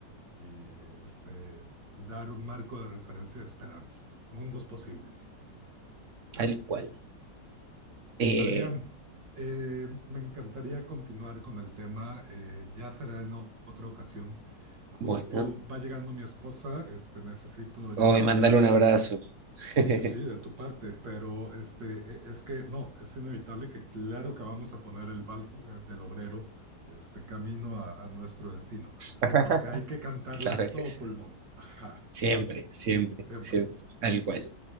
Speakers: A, on the right (about 85°); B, on the right (about 50°).
A: y este, dar un marco de referencia de esperanza. Mundos posibles.
B: tal cual. Eh,
A: Adrián, eh, me encantaría continuar con el tema, eh, ya será en o- otra ocasión. Justo
B: bueno,
A: va llegando mi esposa, este, necesito llevarla,
B: hoy mandale un abrazo.
A: pues, sí,
B: <laughs>
A: sí, sí, de tu parte, pero este, e- es que no, es inevitable que claro que vamos a poner el vals eh, del obrero, este, camino a, a nuestro destino,
B: <laughs>
A: porque hay que cantarla
B: Claro
A: a todo
B: que sí.
A: pulmón, ajá,
B: Siempre, siempre,
A: siempre.
B: siempre, tal cual.